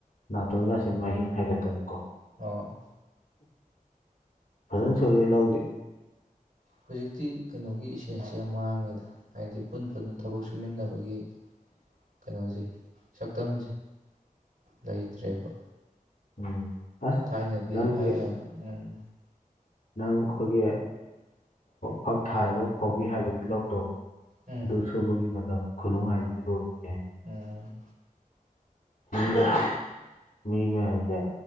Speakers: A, on the left (about 70°); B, on the right (about 80°).
A: ꯅꯥꯇꯣꯟꯒꯁꯤꯦ ꯃꯍꯤꯡ ꯍꯥꯏꯒꯠꯇꯅꯀꯣ
B: ꯑꯣ
A: ꯐꯖꯅ ꯁꯣꯂꯦ
B: ꯑꯗꯨ
A: ꯂꯧꯥꯎꯗꯦ
B: ꯍꯧꯖꯤꯛꯇꯤ ꯀꯩꯅꯣꯒꯤ ꯏꯁꯦꯟꯁꯤꯦ ꯌꯥꯝ ꯃꯥꯡꯉꯦꯗ ꯍꯥꯏꯗꯤ ꯄꯨꯟ ꯄꯨꯟꯅ ꯊꯕꯛ ꯁꯨꯃꯤꯟꯅꯕꯒꯤ ꯀꯩꯅꯣꯁꯦ ꯁꯛꯇꯝꯁꯦ ꯂꯩꯇ꯭ꯔꯦꯕ
A: ꯎꯝ ꯑꯁ
B: ꯊꯥꯏꯅꯗꯤ
A: ꯅꯪꯒꯤ
B: ꯍꯥꯏ ꯍꯥꯏ ꯎꯝ
A: ꯅꯪ ꯑꯩꯈꯣꯏꯒꯤ ꯐꯛ ꯊꯥꯔꯒ ꯐꯧꯕꯤ ꯍꯥꯏꯕꯒꯤ ꯂꯧꯗꯣ
B: ꯎꯝ
A: ꯑꯗꯨ ꯁꯨꯕꯒꯤ ꯃꯇꯝ ꯈꯨꯅꯨꯡꯉꯥꯏꯁ ꯂꯣꯏꯅꯤꯡꯉ
B: ꯎꯝ
A: ꯗ ꯃꯤꯃꯦ ꯑꯗ